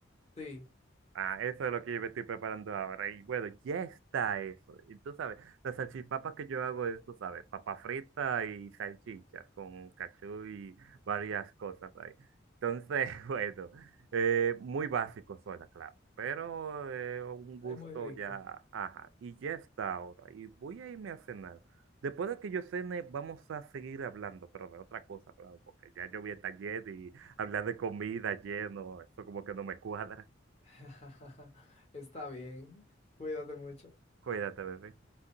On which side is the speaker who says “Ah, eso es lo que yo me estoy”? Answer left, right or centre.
Right